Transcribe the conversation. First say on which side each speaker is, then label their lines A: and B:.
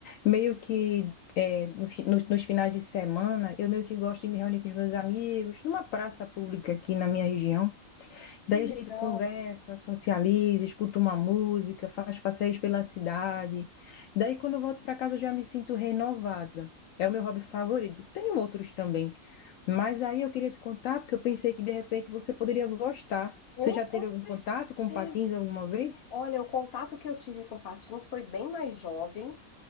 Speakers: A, on the left (about 75°); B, on the left (about 50°).
A: Meio que é, no fi- nos, nos finais de semana, eu meio que gosto de me reunir com os meus amigos numa praça pública aqui na minha região.
B: Que
A: Daí a
B: legal.
A: gente conversa, socializa, escuta uma música, faz passeios pela cidade. Daí quando eu volto para casa, eu já me sinto renovada. É o meu hobby favorito. Tem outros também, mas aí eu queria te contar porque eu pensei que de repente você poderia gostar.
B: Oh,
A: Você já teve
B: com
A: algum
B: certeza.
A: contato com patins alguma vez?
B: Olha, o contato que eu tive com patins foi bem mais jovem.